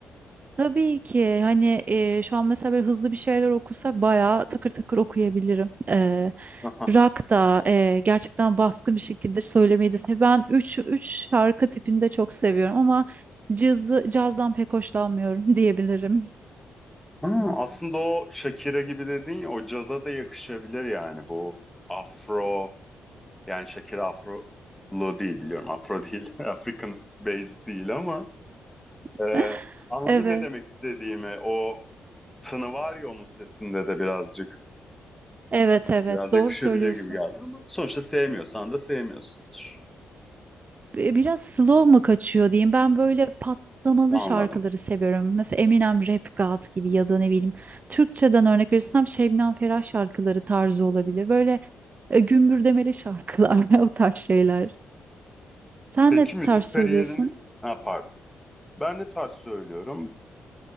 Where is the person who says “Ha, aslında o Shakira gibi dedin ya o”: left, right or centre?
Centre